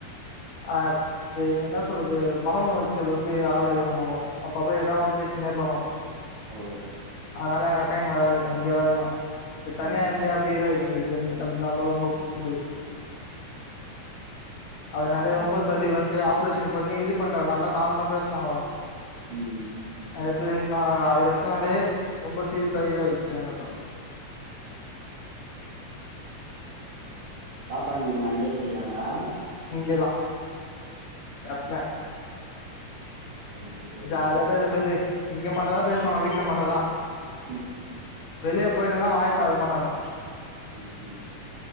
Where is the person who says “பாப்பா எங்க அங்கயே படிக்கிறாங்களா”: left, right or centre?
Right